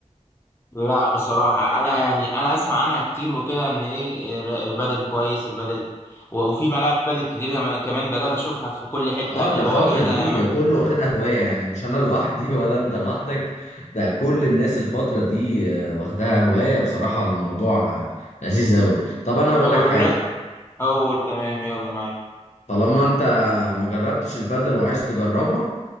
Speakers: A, on the left (about 20°); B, on the left (about 70°).
A: لا بصراحة أنا يعني أنا أسمع عنها كتير وكده إن إيه ر- بدل كويس البدل و- وفي ملاعب بدل كتير كمان كمان بدأت أشوفها في كل حتة
B: اه
A: اللي
B: ده الفترة
A: هو إيه ده
B: دي
A: يا ما
B: كله واخدها هواية يعني مش انا لوحدي <laughs> ولا انت لوحدك ده كل الناس الفترة دي آه، واخدها هواية بصراحة الموضوع آه، لذيذ قوي طب انا هقول
A: طب
B: لك
A: الر-
B: حاجة
A: أول تمام يلا معاك
B: طالما انت ما جربتش البادل وعايز تجربها